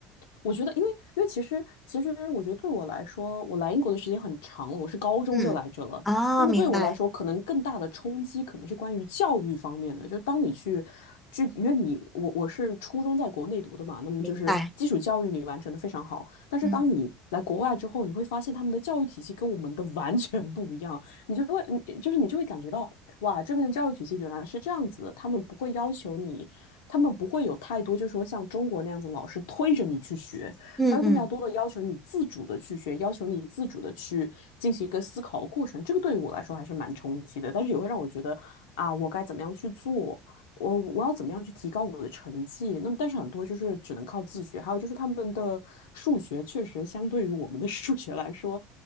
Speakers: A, on the left (about 65°); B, in the centre.
A: 我觉得，因为因为其实其实，我觉得对我来说，我来英国的时间很长了，我是高中就来这了。
B: 嗯，哦，
A: 那么对我来说，
B: 明白，
A: 可能更大的冲击可能是关于教育方面的。就当你去，就因为你我我是初中在国内读的嘛，那么就是基础教育你完成的非常好。
B: 明白，
A: 但是当你来国外之后，
B: 嗯
A: 你会发现他们的教育体系跟我们的完全不一样，你就会你就是你就会感觉到，哇，这边的教育体系原来是这样子的，他们不会要求你。他们不会有太多，就是说像中国那样子，老师推着你去学，
B: 嗯嗯
A: 他会更加多的要求你自主的去学，要求你自主的去进行一个思考的过程。这个对于我来说还是蛮冲击的，但是也会让我觉得啊，我该怎么样去做，我我要怎么样去提高我的成绩。那么，但是很多就是只能靠自学，还有就是他们的数学确实相对于我们的数学来说，